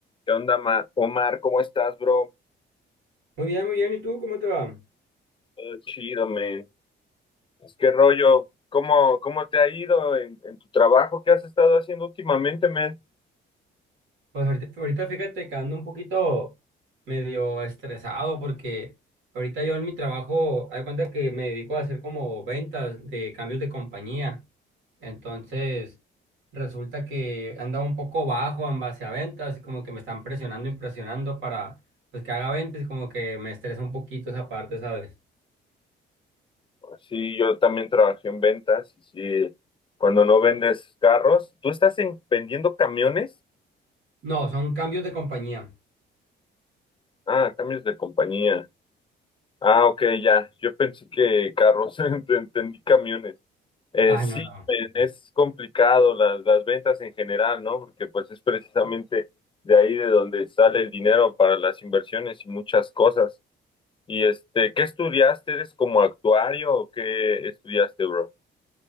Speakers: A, on the left; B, on the right.
A: ¿Qué onda, Ma- Omar? ¿Cómo estás, bro?
B: Muy bien, muy bien. ¿Y tú cómo te va?
A: Todo chido, man. Es que rollo, ¿cómo, cómo te ha ido en, en tu trabajo? ¿Qué has estado haciendo últimamente, man?
B: Pues ahorita, ahorita fíjate que ando un poquito medio estresado porque ahorita yo en mi trabajo, hay cuenta que me dedico a hacer como ventas de cambios de compañía. Entonces, resulta que andaba un poco bajo en base a ventas y como que me están presionando y presionando para pues que haga ventas y como que me estresa un poquito esa parte, ¿sabes?
A: Sí, yo también trabajé en ventas. y Sí, cuando no vendes carros, ¿tú estás en- vendiendo camiones?
B: No, son cambios de compañía.
A: Ah, cambios de compañía. Ah, ok, ya. Yo pensé que carros, <laughs> ent- entendí camiones. Eh,
B: Ah,
A: sí,
B: no, no.
A: men, es complicado las, las ventas en general, ¿no? Porque pues es precisamente de ahí de donde sale el dinero para las inversiones y muchas cosas. Y este, ¿qué estudiaste? ¿Eres como actuario o qué estudiaste, bro?